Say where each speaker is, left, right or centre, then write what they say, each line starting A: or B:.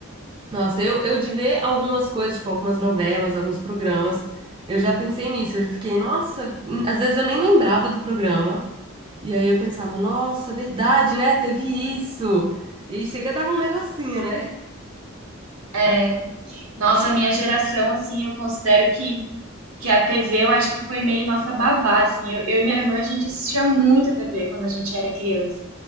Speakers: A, on the right (about 25°); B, on the right (about 75°).
A: nossa, eu, eu de ver algumas coisas, tipo algumas novelas, alguns programas, eu já pensei nisso, eu fiquei, nossa, hum, às vezes eu nem lembrava do programa, e aí eu pensava, nossa, verdade, né? Teve isso. E aí chega e dava um negocinho, né?
B: É, nossa, a minha geração, assim, eu considero que que a TV eu acho que foi meio nossa babá, assim. Eu, eu e minha irmã, a gente assistia muito a TV quando a gente era criança.